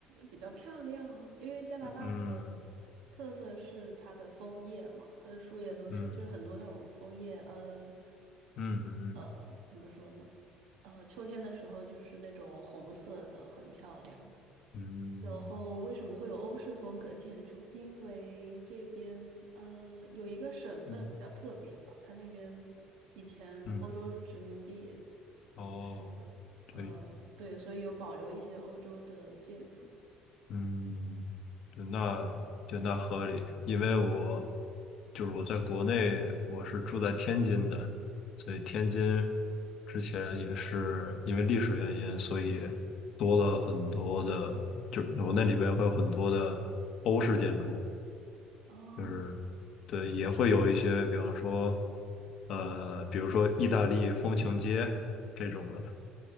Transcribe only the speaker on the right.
比较漂亮啊，因为加拿大的
特色是它的枫叶嘛，它的树叶都是就是很多那种枫叶，
呃
呃，怎么说呢？呃，秋天的时候就是那种红色的，很漂亮。
然后为什么会有欧式风格建筑？因为这边呃有一个省份比较特别吧，
它那边以前欧洲殖民地，
就是呃对，
所以有保留一些欧洲的建筑。
哦，